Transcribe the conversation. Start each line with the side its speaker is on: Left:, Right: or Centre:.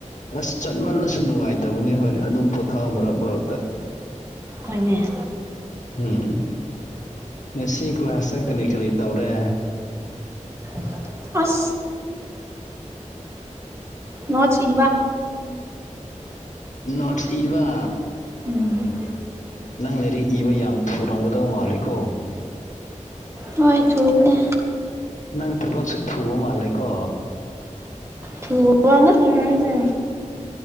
Left: ꯑꯁ ꯆꯠꯃꯜꯂꯁꯨ ꯅꯨꯡꯉꯥꯏꯇꯕꯅꯤ ꯍꯣꯏ ꯑꯗꯣ ꯄꯣꯊꯥꯎ ꯃꯔꯛ ꯃꯔꯛꯇ
Right: ꯍꯣꯏꯅꯦ
Left: ꯎꯝ ꯉꯁꯤ ꯀ꯭ꯂꯥꯁꯇ ꯀꯔꯤ ꯀꯔꯤ ꯇꯧꯔꯦ
Right: <inaudible> ꯑꯁ ꯅꯣꯠꯁ ꯏꯕ
Left: ꯅꯣꯠꯁ ꯏꯕ
Right: ꯎꯝ
Left: ꯅꯪ ꯂꯥꯏꯔꯤꯛ ꯏꯕ ꯌꯥꯝ ꯊꯨꯔꯝꯒꯗꯧ ꯃꯥꯜꯂꯦꯀꯣ
Right: ꯍꯣꯏ ꯊꯨꯕꯅꯦ
Left: ꯅꯪ ꯊꯕꯛꯁꯨ ꯊꯨꯕ ꯃꯥꯜꯂꯦ ꯀꯣ
Right: ꯊꯨꯑꯉ ꯈꯖ